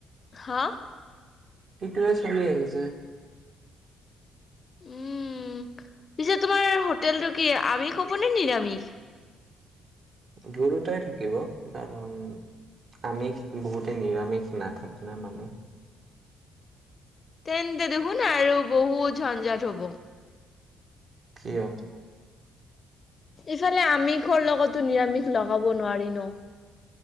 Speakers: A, on the left; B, on the right.
A: হা?
B: সেইটোৱে চলি আহিছে।
A: উম, পিছে তোমাৰ হোটেলটো কি আমিষ হ'বনে নিৰামিষ?
B: দুৰুটাই থাকিব কাৰণ আমিষ বহুতে নিৰামিষ নাথাকে ন।
A: তেনে দেখোন আৰু বহুত ঝঞ্জাত হব।
B: কিয়?
A: ইফালে আমিষৰ লগতো নিৰামিষ লগাব নোৱাৰি ন।